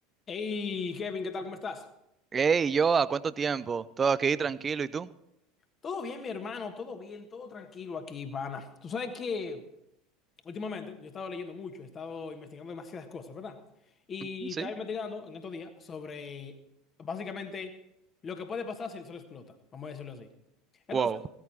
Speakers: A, on the left; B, on the right.
A: Hey Kevin, ¿qué tal? ¿Cómo estás?
B: Hey, yo, ¿a cuánto tiempo? Todo aquí tranquilo, ¿y tú?
A: Todo bien, mi hermano, todo bien, todo tranquilo aquí, pana. Tú sabes que últimamente yo he estado leyendo mucho, he estado investigando demasiadas cosas, ¿verdad? Y
B: Ujú, Sí.
A: estaba investigando en estos días sobre básicamente lo que puede pasar si el sol explota, vamos a decirlo así. Entonces,
B: Wow.